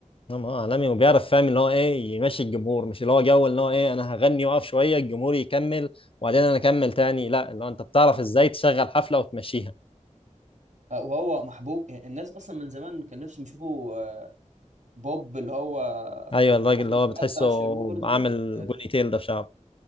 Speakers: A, on the left; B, on the right.
A: نعم، هو عالمي وبيعرف فاهم اللي هو إيه يمشي الجمهور مش اللي هو جو اللي هو إيه أنا هغني وأقف شوية الجمهور يكمل وبعدين أنا أكمل تاني لا اللي هو أنت بتعرف إزاي تشغل حفلة وتمشيها
B: آه، وهو محبوب الناس أصلا من زمان كان نفسهم يشوفوا آه، بوب اللي هو آه،
A: أيوه الراجل
B: أحمد
A: اللي هو بتحسه
B: بقى بتاع الشيرموفرز
A: عامل
B: ده آه،
A: بوني تيل ده في شعره